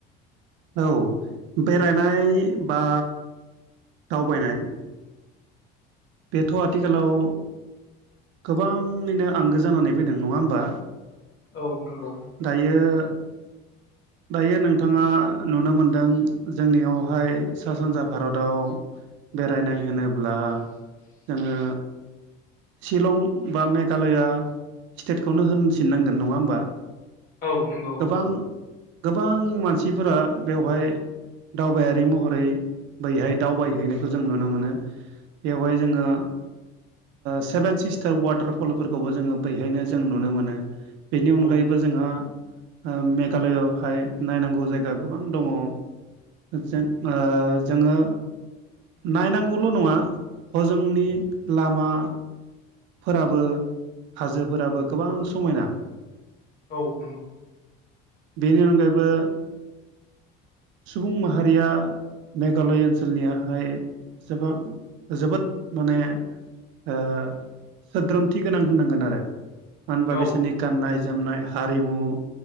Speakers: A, on the right (about 65°); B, on the left (about 45°).
A: औ बेरायनाय बा दावबायनाय बेथ' आथिखालाव गोबाङैनो आंगो जानानै फैदों नङा होमबा
B: औ नंगौ
A: दायो दायो नोंथाङा नुनो मोनदों जोंनियावहाय सा सानजा भारताव बेरायनाय होनोब्ला जोङो सिलं बा मेघालया स्टेटखौनो होनफिनांगोन नङा होमबा
B: औ नंगौ औ
A: गोबां गोबां मानसिफोरा बेवहाय दावबायारि महरै बैहाय दावबायहैनायखौ जों नुनो मोनो बेवहाय जोङो सेभेन सिस्टार वाटारफलफोरखौबो जोङो बहायनो जों नुनो मोनो बेनि अनगायैबो
B: औ
A: बो जोंहा ओ मेघालयआवहाय नायनांगौ जायगा गोबां दङ जों ओ जोङो नायनांगौल' नङा हजोंनि लामा फोराबो हाजोफोराबो गोबां समायना
B: औ नोंगौ
A: बेनि अनगायैबो सुबुं माहारिया मेघालय ओनसोलनियाहाय एसेबां जोबोद माने ओ सोद्रोमथि गोनां होननांगोन आरो मानो होनबा
B: औ
A: बिसोरनि गाननाय जोमनाय हारिमु